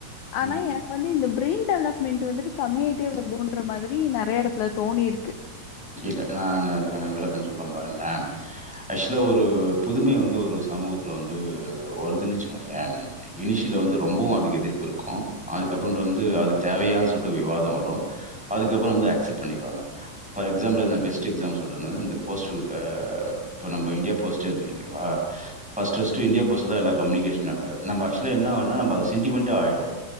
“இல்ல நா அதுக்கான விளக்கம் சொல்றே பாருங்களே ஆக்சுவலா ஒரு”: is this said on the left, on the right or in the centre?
Centre